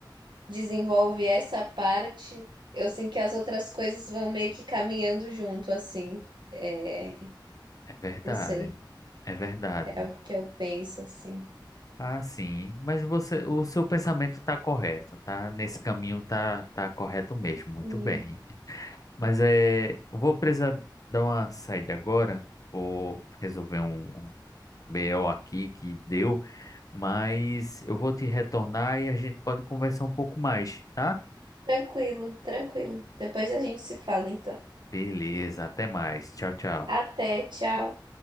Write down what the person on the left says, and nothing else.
É verdade,
é verdade.
Ah, sim. Mas você, o seu pensamento está correto, tá? Nesse caminho tá, tá correto mesmo, muito
bem. Mas é, vou precisar dar uma saída agora, vou resolver um, um BO aqui que deu, mas eu vou te retornar e a gente pode conversar um pouco mais, tá?
Beleza, até mais. Tchau, tchau.